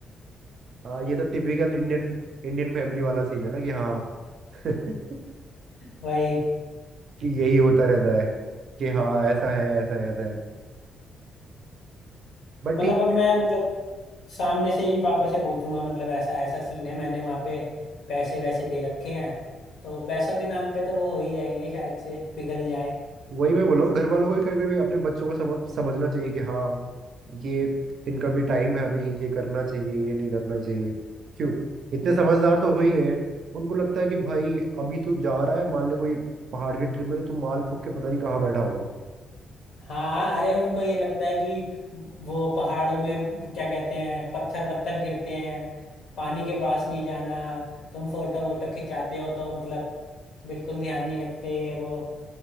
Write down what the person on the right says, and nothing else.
हाँ ये तो टिपिकल इंडियन इंडियन फैमिली वाला सीन है ना कि हाँ <laughs> कि
यही होता रहता है कि हाँ ऐसा है ऐसा है ऐसा है बट
ठीक
है
वही मैं बोल रहा हूँ घर वालों को भी कभी कभी अपने बच्चों को समझ, समझना चाहिए कि हाँ ये इनका भी टाइम है अभी ये करना चाहिए ये नहीं करना चाहिए क्यों इतने समझदार तो हो ही गए हैं उनको लगता है कि भाई अभी तू जा रहा है मान ले कोई पहाड़ की ट्रिप में तो तू माल फूक के पता नहीं कहाँ बैठा हुआ है